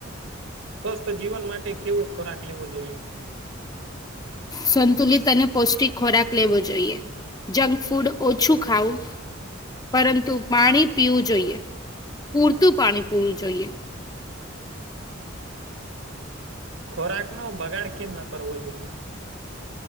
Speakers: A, on the right (about 75°); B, on the left (about 20°).
A: સ્વસ્થ જીવન માટે કેવો ખોરાક લેવો જોઈએ.?
B: સંતુલિત અને પૌષ્ટિક ખોરાક લેવો જોઈએ. જંક ફૂડ ઓછું ખાવુ પરંતુ પાણી પીવું જોઈએ, પૂરતું પાણી પીવું જોઈએ.
A: ખોરાક નો બગાડ કેમ ના કરવો જોઈએ.?